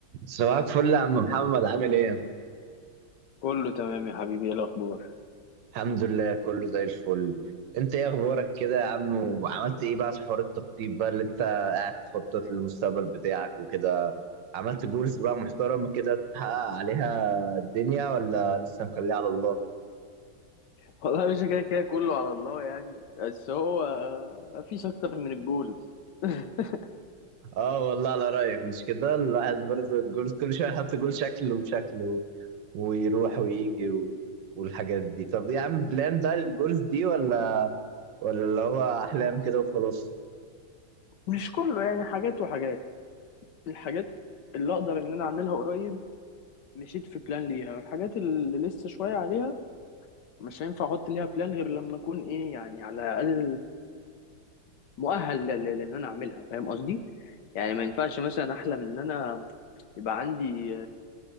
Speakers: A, on the right; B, on the left.
A: صباحك فل يا عم محمد عامل ايه؟
B: كله تمام يا حبيبي ايه الاخبار
A: الحمد لله كله زي الفل انت ايه اخبارك كده يا عم وعملت ايه بقى في حوار التخطيط بقى اللي انت قاعد تخطط للمستقبل بتاعك وكده عملت جولز بقى محترمة كده تحقق عليها الدنيا ولا لسه مخليها على الله؟
B: والله يا باشا كده كده كله على الله يعني بس هو مفيش اكتر من الجولز <laughs>
A: اه والله على رأيك مش كده الواحد برضه الجولز كل شوية يحط جول شكل وشكل و... ويروح ويجي و... والحاجات دي طب ايه عامل بلان بقى للجولز دي ولا ولا اللي هو احلام كده وخلاص؟
B: مش كله يعني حاجات وحاجات الحاجات اللي اقدر ان انا اعملها قريب مشيت في بلان ليها والحاجات اللي لسه شويه عليها مش هينفع احط ليها بلان غير لما اكون ايه يعني على الاقل مؤهل ل- ل- لان انا اعملها فاهم قصدي يعني ما ينفعش مثلا احلم ان انا يبقى عندي